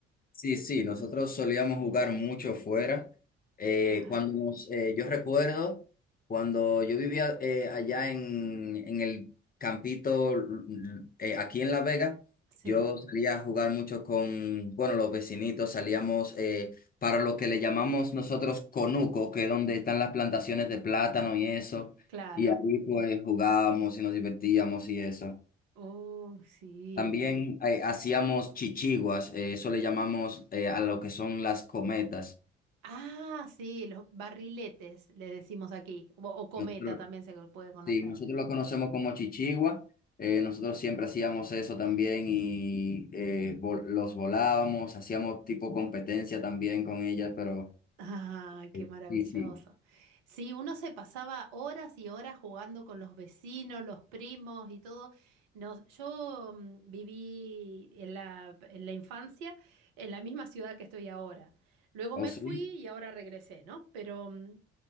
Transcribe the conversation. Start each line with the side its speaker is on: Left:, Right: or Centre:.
Left: Sí, sí, nosotros solíamos jugar mucho fuera. Eh,
Right: Claro,
Left: cuando nos, eh, yo recuerdo cuando yo vivía eh, allá en, en el campito l- eh, aquí en La Vega,
Right: sí,
Left: yo salía a jugar mucho con, bueno, los vecinitos, salíamos eh, para lo que le llamamos nosotros conuco, que es donde están las plantaciones de plátano y eso,
Right: claro.
Left: y ahí pues jugábamos y nos divertíamos y eso.
Right: Oh, sí.
Left: También eh, hacíamos chichiguas, eh, eso le llamamos eh, a lo que son las cometas.
Right: Ah, sí, los barriletes le decimos aquí, o, o cometa
Left: Nosotros,
Right: también se puede conocer.
Left: sí, nosotros lo conocemos como chichigua, eh, nosotros siempre hacíamos eso también y eh, vol- los volábamos, hacíamos tipo competencia también con ellas, pero
Right: Ah,
Left: eh,
Right: qué maravilloso.
Left: sí, sí,
Right: Sí, uno se pasaba horas y horas jugando con los vecinos, los primos y todo. Nos, yo mm, viví en la, en la infancia en la misma ciudad que estoy ahora. Luego
Left: ¿o
Right: me
Left: sí?
Right: fui y ahora regresé, ¿no? Pero mm,